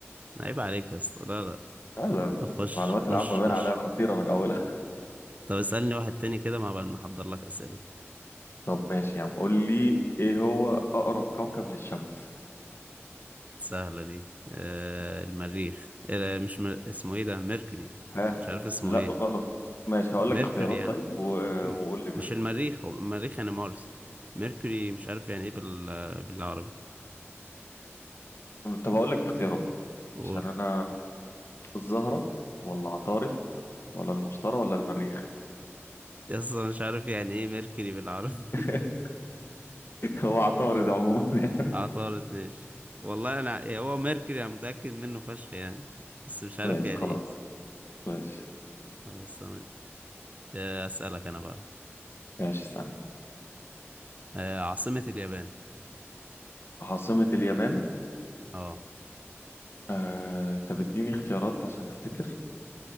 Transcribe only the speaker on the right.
عيب عليك يا اسطى لا لا
طب خش
خش
خش
طب اسالني واحد تاني كده مع بال ما احضر لك اسئله
سهله دي أه المريخ أه مش مر... اسمه ايه ده ميركوري
مش عارف اسمه
ايه
ميركوري
يعني
م-
مش المريخ هو المريخ يعني مارس ميركوري مش عارف يعني ايه بال... بالعربي
قول
اصلا مش عارف يعني ايه ميركوري بالعربي
<laughs>
عطارد ماشي والله انا يعني هو ميركوري انا متأكد منه فشخ يعني بس مش عارف
يعني
ايه
خلاص تمام آه، اسألك انا بقى
آه، عاصمة اليابان
اه